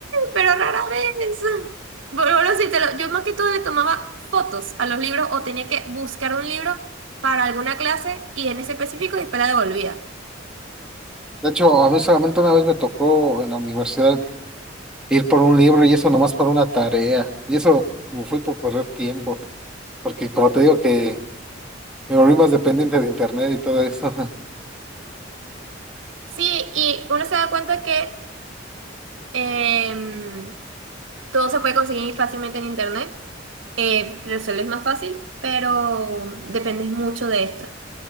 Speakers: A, on the right; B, in the centre.
A: pero rara vez. Bueno, bueno, sí, te lo- yo más que todo le tomaba fotos a los libros o tenía que buscar un libro para alguna clase y en ese específico después la devolvía.
B: De hecho, a mí solamente una vez me tocó en la universidad ir por un libro y eso nomás para una tarea. Y eso fue por perder tiempo, porque como te digo que me volví más dependiente de internet y todo eso. <laughs>
A: Sí, y uno se da cuenta que em, todo se puede conseguir fácilmente en internet. Eh, resuelves más fácil, pero dependes mucho de esto.